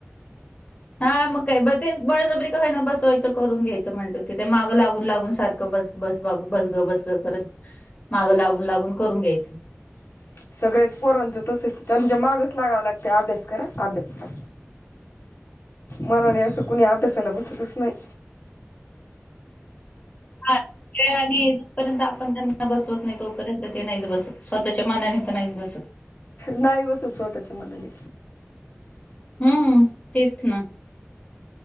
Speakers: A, on the left; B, on the left.
A: <inaudible>
B: हा मग काय बते बळजबरी का होईना बसवायचं करून घ्यायचं म्हणटलं तिथे मागं लागून लागून सारखं बस बस बाबा बस गं बस गं करत मागं लागून लागून करून घ्यायचं.
A: <inaudible> सगळ्याच पोरांचं तसंचं त्यांच्या मागच लागावं लागते, अभ्यास करा, अभ्यास करा. मनाने असं कोणी अभ्यासाला बसतच नाही.
B: हा. आणि जोपर्यंत आपण त्यांना बसवत नाही, तोपर्यंत ते नाही बसत. स्वतःच्या मनाने त नाहीच बसत.
A: नाही बसत स्वतःच्या मनाने.
B: हम्म तेच ना.